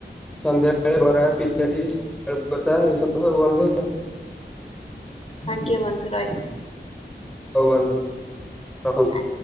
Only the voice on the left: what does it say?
ଆଜ୍ଞା ବନ୍ଧୁ ରହିଲି।
ଆ